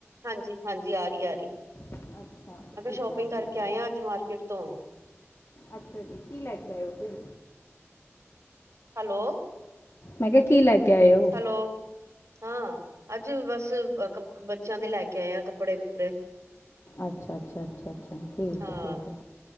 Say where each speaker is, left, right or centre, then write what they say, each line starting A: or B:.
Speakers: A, on the right; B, on the left.
A: ਹਾਂਜੀ-ਹਾਂਜੀ ਆ ਰਹੀ ਆ ਰਹੀ।
B: ਅੱਛਾ
A: ਮੈਂ ਕਿਹਾ
B: ਠੀਕ
A: ਸ਼ੋਪਿੰਗ
B: ਹੈ ਜੀ
A: ਕਰਕੇ
B: ਠੀਕ ਹੈ।
A: ਆਏ ਆ ਅੱਜ ਮਾਰਕੀਟ ਤੋਂ।
B: ਅੱਛਾ ਜੀ ਕੀ ਲੈ ਕੇ ਆਏ ਓ ਫਿਰ?
A: ਹੈਲੋ।
B: ਮੈਂ ਕਿਹਾ ਕੀ ਲੈਗ ਕੇ ਆਇ ਓ?
A: ਲੋ ਹਾਂ ਅੱਜ ਬਸ ਬੱਚਿਆਂ ਦੇ ਲੈ ਕੇ ਆਏ ਆ ਕੱਪੜੇ। ਅ
B: ਅੱਛਾ ਅੱਛਾ, ਅੱਛਾ-ਅੱਛਾ ਠੀਕ
A: ਹਾਂ
B: ਹੈ, ਠੀਕ ਹੈ।